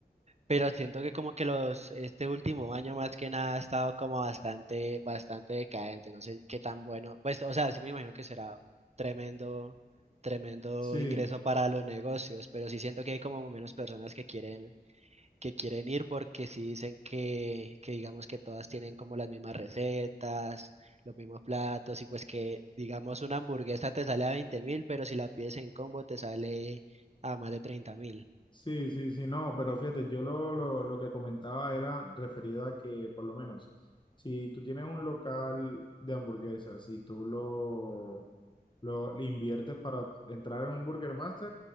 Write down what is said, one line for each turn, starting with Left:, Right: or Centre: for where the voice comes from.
Right: Pero siento que como que los, este último año más que nada ha estado como bastante, bastante decadente. No sé qué tan bueno. Pues, o sea, sí me imagino que será tremendo, tremendo
Left: Sí,
Right: ingreso para los negocios, pero sí siento que hay como menos personas que quieren, que quieren ir porque sí dicen que, que digamos que todas tienen como las mismas recetas, los mismos platos, y pues que digamos una hamburguesa te sale a 20 mil, pero si la pides en combo te sale a más de treinta mil.
Left: Sí, sí, sí, no, pero fíjate, yo lo, lo, lo que comentaba era referido a que, por lo menos, si tú tienes un local de hamburguesas, si tú lo, lo le inviertes para entrar en un Burger Master,